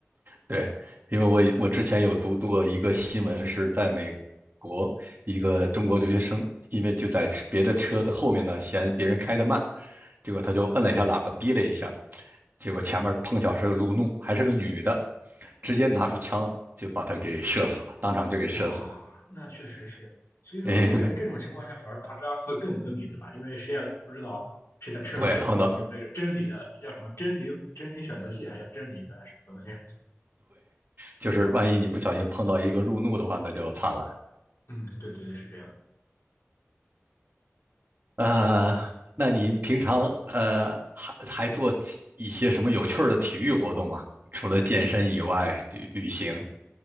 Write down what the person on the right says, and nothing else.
对，因为我我之前有读过一个新闻，是在美国一个中国留学生，因为就在车别的车的后面呢，嫌别人开的慢，结果他就摁了一下喇叭，逼了一下，结果前面碰巧是个路怒，还是个女的，直接拿出枪就把他给射死了，当场就给射死了。
<laughs> 哎，没，
对，碰到
就是万一你不小心碰到一个路怒的话，那就惨了。
呃，那你平常呃还还做其一些什么有趣儿的体育活动吗？除了健身以外，旅旅行、